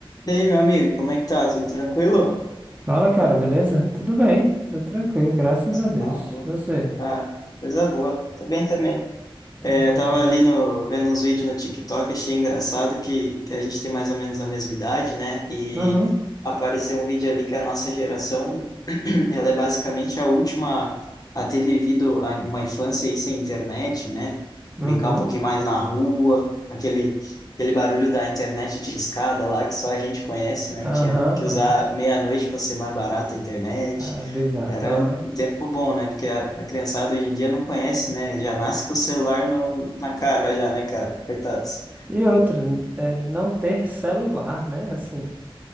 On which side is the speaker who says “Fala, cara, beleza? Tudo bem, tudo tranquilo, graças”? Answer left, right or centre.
Right